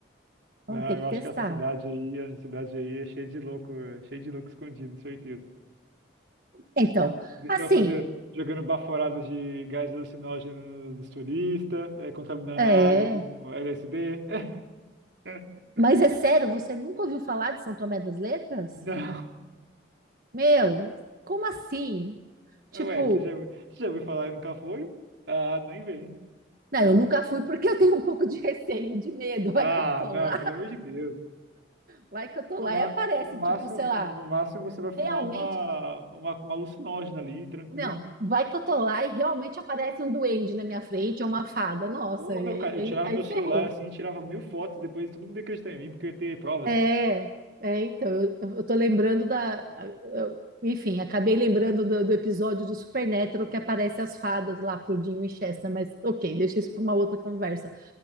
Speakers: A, on the right (about 50°); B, on the right (about 70°).
A: vamos
B: Não,
A: ter
B: eu
A: que testar.
B: acho que essa cidade aí, essa cidade aí é cheia de louco, é cheia de louco escondido, certeza.
A: Então,
B: Eles
A: assim,
B: estão fazendo, jogando baforados de gás alucinógeno nos turistas, é, contaminando
A: é,
B: a água com LSD. <laughs>
A: mas é sério, você nunca ouviu falar de São Tomé das Letras?
B: Não.
A: Meu, como assim? Tipo,
B: Ué, você já, você já ouviu falar e nunca foi? Ah, nem vem.
A: não, eu nunca fui porque eu tenho um pouco de receio, de medo, vai
B: Ah,
A: que eu tô
B: não,
A: lá,
B: pelo amor de Deus.
A: vai que eu tô
B: No,
A: lá
B: ma,
A: e aparece,
B: no máximo,
A: tipo, sei
B: no,
A: lá,
B: no máximo você vai
A: realmente
B: fumar uma, uma, uma alucinógena ali, tranquilo.
A: Não, vai que eu tô lá e realmente aparece um duende na minha frente ou uma fada. Nossa,
B: Ou,
A: e
B: meu
A: aí,
B: cara,
A: aí-
B: eu tirava
A: aí
B: meu
A: ferrou.
B: celular assim, tirava mil fotos, depois todo mundo ia acreditar em mim porque eu ia ter provas.
A: É, é, então, eu, eu tô lembrando da. eu- enfim, acabei lembrando do, do episódio do Supernatural que aparece as fadas lá pro Dean Winchester, mas ok, deixa isso para uma outra conversa.